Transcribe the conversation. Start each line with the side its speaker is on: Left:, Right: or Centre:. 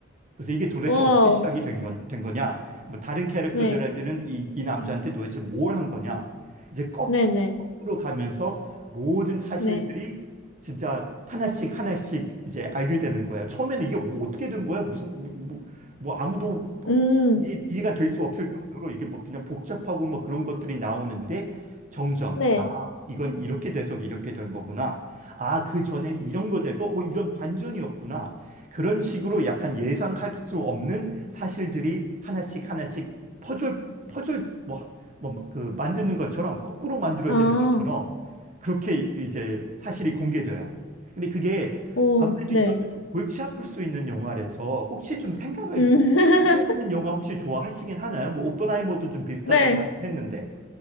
Right: 그래서 이게 도대체
Left: 와우.
Right: 어떻게 시작이 된 건, 된 거냐? 뭐 다른 캐릭터들한테는
Left: 네.
Right: 이, 이 남자한테 도대체 뭘 한 거냐? 이제 거꾸로,
Left: 네네.
Right: 거꾸로 가면서 모든 사실들이
Left: 네. 네.
Right: 진짜 하나씩 하나씩 이제 알게 되는 거야. 처음에는 이게 뭐 어떻게 된 거야? 무슨 뭐, 뭐- 뭐 아무도
Left: 음,
Right: 이해, 이해가 될 수 없을 정도로 이게 뭐 그냥 복잡하고 뭐 그런 것들이 나오는데 점점
Left: 네.
Right: 아 이건 이렇게 돼서 이렇게 된 거구나. 아 그 전엔 이런 거 돼서 오 이런 반전이었구나. 그런 식으로 약간 예상할 수 없는 사실들이 하나씩 하나씩 퍼즐, 퍼즐, 뭐, 뭐, 그, 만드는 것처럼, 거꾸로 만들어지는
Left: 아,
Right: 것처럼, 그렇게 이제 사실이 공개돼요. 근데 그게
Left: 오,
Right: 아무래도
Left: 네.
Right: 이것도 좀 골치 아플 수 있는 영화라서, 혹시 좀 생각을
Left: 음.
Right: 많이
Left: <laughs>
Right: 하는 영화 혹시 좋아하시긴 하나요? 뭐, 오펜하이머도 좀 비슷하다고
Left: 네.
Right: 하긴 했는데.